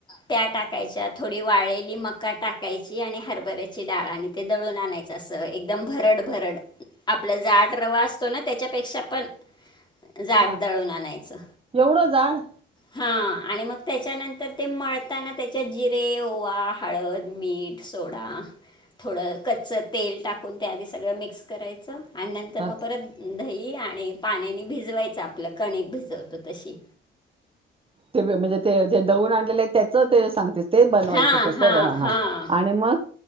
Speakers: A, on the left (about 20°); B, on the right (about 25°).
A: त्या टाकायच्या, थोडी वाळलेली मका टाकायची आणि हरभऱ्याची डाळ आणि- ते दळून आणायचं असं, एकदम भरड, भरड. आपलं जाड रवा असतो ना, त्याच्यापेक्षा पण जाड
B: हा
A: दळून आणायचं.
B: एवढं जाड-
A: हा आणि मग त्याच्यानंतर ते मळताना त्याच्यात जिरे, ओवा, हळद, मीठ- सोडा, थोडं कच्चं तेल टाकून त्याआधी सगळं मिक्स करायचं- आणि नंतर
B: हा,
A: मग परत दही आणि पाण्याने भिजवायचं, आपलं कणिक भिजवतो तशी.
B: ते म्हणजे, ते जे दळुन आणलेले आहे, त्याच ते सांगतेस. ते बनवायचं
A: हां
B: तसं
A: हां
B: हा
A: हां
B: आणि मग-